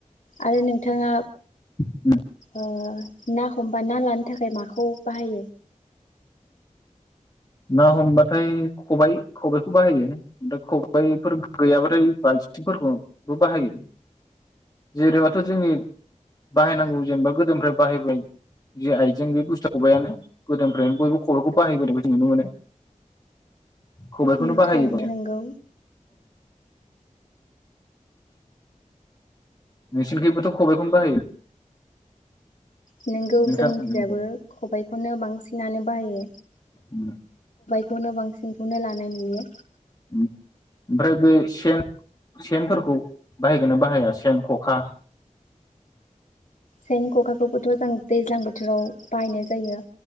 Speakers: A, on the left (about 70°); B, on the left (about 30°).
A: आरो नोंथाङा
B: उम
A: ओ ना हमबा ना लानो थाखाय माखौ खौ बाहायो।
B: ना हमबाथाय खबाइ खबाइखौ बाहायो दा खबाइफोर गैयाबाथाय बालथिं फोरखौ बो बाहायो जेरैबाथ जोंनि बाहायनांगौ जेनेबा गोदोनिफ्राय बाहायबाय जे आइजें बे बुस्थुआ खबाइयानो गोदोनि फ्रायनो बयबो खबाइखौ बाहायबो नुनो मोनो। खबाइखौनो
A: उम
B: बाहायो
A: थारैनो
B: बां <inaudible>
A: नंगौ
B: नोंसि निखिबोथ खबाइखौनो बाहायो।
A: नोंगौ
B: नोंथां
A: जोंनिखिजाबो
B: नंगौ
A: खबाइखौनो बांसिन नानो बाहायो।
B: उम।
A: खौनो बांसिनखौनो लानाय नुयो
B: ओमफ्राय बे सेन सेनफोरखौ बाहायगोन ना बाहाया सेन खखा
A: सेन खखा खौबोथ जों दैज्लां बोथोराव बाहायनाय जायो।